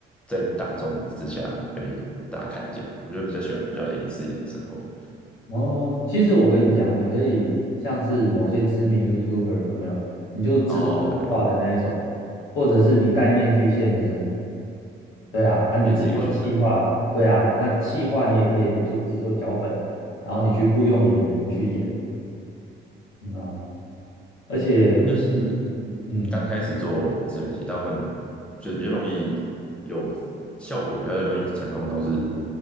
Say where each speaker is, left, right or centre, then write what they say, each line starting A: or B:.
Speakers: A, in the centre; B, on the left.
A: 在大众之下被大家看见，我就比较喜欢比较隐私一点的生活。
B: 哦，其实我跟你讲，你可以像是某些知名 YouTuber 有没有？你就制作动画的那一种，
A: 哦，有，
B: 或者是你戴面具现身，对啊，啊，你制作气划，
A: 也是一个选择。
B: 对啊，那气划你也可以就制作脚本，然后你去雇佣演员去演，嗯啊，而且，
A: 那就是
B: 嗯，
A: 刚开始做自媒体，大部分就是比较容易有效果，比较容易成功，都是